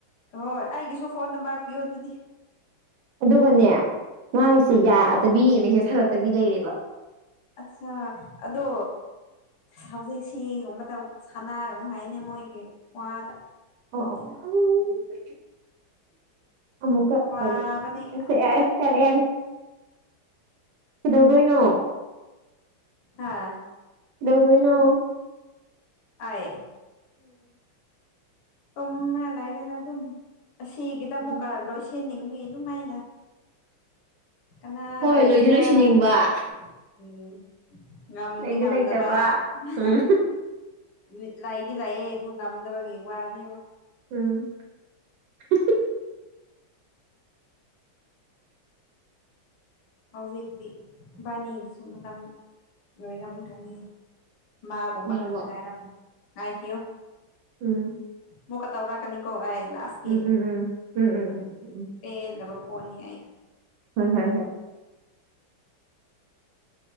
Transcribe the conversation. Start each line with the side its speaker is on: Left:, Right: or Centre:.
Left: ꯍꯣꯏ ꯑꯩꯒꯤꯁꯨ ꯐꯣꯟ ꯅꯝꯕꯔ ꯄꯤꯌꯣ ꯑꯗꯨꯗꯤ
Right: ꯑꯗꯨꯒꯅꯦ ꯃꯒꯤꯁꯦ
Left: ꯎꯝ
Right: ꯌꯥꯗꯕꯤ ꯃꯦꯁꯦꯁ ꯍꯜꯂꯛꯇꯕꯤ ꯂꯩꯔꯦꯕ
Left: ꯑꯠꯁꯥ ꯑꯗꯣ ꯍꯥꯎꯖꯤꯛꯁꯤꯒꯨꯝꯕꯗ ꯁꯥꯟꯅꯒꯅꯨ ꯍꯥꯏꯌꯦꯅꯦ ꯃꯣꯏꯒꯤ ꯋꯥꯗ ꯑꯗꯨꯅꯤꯅ
Right: ꯑꯣ ꯑꯣ ꯈꯪꯗꯦꯗ ꯑꯃꯨꯛꯀ
Left: ꯋꯥꯕꯅꯦ
Right: ꯑꯧ ꯑꯁ
Left: ꯌꯥꯝꯅ
Right: ꯌꯥꯔꯦ ꯌꯥꯔꯦ ꯌꯥꯔꯦ ꯀꯩꯗꯧꯗꯣꯏꯅꯣ
Left: ꯍꯥꯥ
Right: ꯀ ꯩꯗꯧꯗꯣꯏꯅꯣ
Left: ꯑꯥꯏ ꯇꯨꯝꯔ ꯂꯩꯔꯦꯗ ꯑꯗꯨꯝ ꯑꯁꯤꯒꯤꯗ
Right: ꯎꯝ
Left: ꯑꯃꯨꯛꯀꯥ ꯂꯣꯏ ꯁꯤꯟꯅꯤꯡ ꯑꯦ ꯑꯗꯨꯝꯃꯥꯏꯅ ꯀꯅꯥ
Right: ꯍꯣꯏ
Left: ꯂꯩꯒꯦꯔꯥꯅ
Right: ꯂꯣꯏꯗꯤ ꯂꯣꯏꯁꯤꯟꯅꯤꯡꯕ
Left: ꯎꯝ ꯉꯝꯅꯤ
Right: ꯂꯩꯗꯤ
Left: ꯉꯝꯗꯕ
Right: ꯂꯩꯇꯕ
Left: <unintelligible>
Right: ꯎꯝ
Left: ꯃꯤꯠ ꯂꯩꯗꯤ ꯂꯩꯌꯦ ꯑꯗꯨ ꯉꯝꯗꯕꯒꯤ ꯋꯥꯅꯦꯕ
Right: ꯎꯝ <unintelligible>
Left: ꯍꯧꯖꯤꯛꯇꯤ ꯏꯕꯥꯅꯤꯒꯤꯁꯨ ꯃꯇꯝ ꯂꯣꯏꯔꯝꯒꯅꯤ ꯃꯥꯒꯨꯝꯕ
Right: ꯌꯥꯔꯕꯣ
Left: ꯈꯛꯇ ꯉꯥꯏꯔꯝꯃꯦ ꯉꯥꯏꯈꯤꯌꯣ
Right: ꯎꯝ
Left: ꯃꯨꯛꯀ ꯇꯧꯔꯛꯀꯅꯤꯀꯣ ꯑꯩ ꯂꯥꯁꯀꯤ
Right: ꯎꯝ ꯎꯝ ꯎꯝ ꯎꯝ ꯎꯝ ꯎꯝ ꯎꯝ ꯎꯝ
Left: ꯄꯦꯜꯂꯕ ꯐꯣꯟꯅꯤ ꯑꯩ
Right: ꯍꯣꯏ ꯍꯣꯏ ꯍꯣꯏ